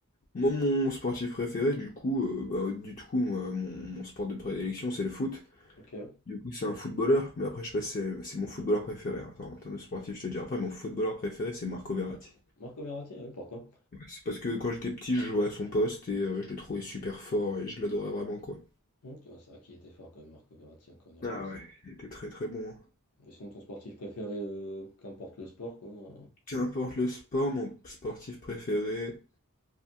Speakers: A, on the left; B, on the left.
A: Moi, mon sportif préféré, du coup, euh, bah, du coup, moi, mon, mon sport de prédilection, c'est le foot.
B: Ok.
A: Du coup, c'est un footballeur, mais après, je sais pas si c'est c'est mon footballeur préféré. hein. Attends, en termes de sportif, je te dis après, mon footballeur préféré, c'est Marco Verratti.
B: Marco Verratti, oui, pourquoi?
A: Ouais, c'est parce que quand j'étais petit, je jouais à son poste et euh, je le trouvais super fort et je l'adorais vraiment, quoi.
B: Hum, tu vois, c'est vrai qu'il était fort quand même, Marco Verratti, hein, quand on y repense.
A: Ah ouais, il était très très bon. hein.
B: Et sinon, ton sportif préféré, euh, qu'importe le sport, quoi. euh,
A: Qu'importe le sport, mon sportif préféré,